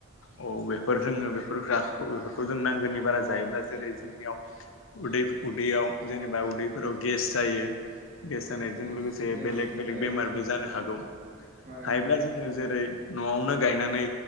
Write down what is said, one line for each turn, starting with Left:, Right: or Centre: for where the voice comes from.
Left: औ बे फोर जोङो बेफोर <unintelligible> बेफोरखौ जों नांगोनि बारा जायोब्ला जेरै जोंनियावै उदै-उदैयाव जेनेबा उदैफोराव गेस जायो गेस जानायजों
Right: गेस
Left: लोगोसे
Right: गेस
Left: बेलेग बेलेक
Right: जायो
Left: बेमारबो
Right: उम
Left: जानो हागौ
Right: आरो
Left: हायोब्ला
Right: उम
Left: जोङो जेरै न'आवनो गायनानै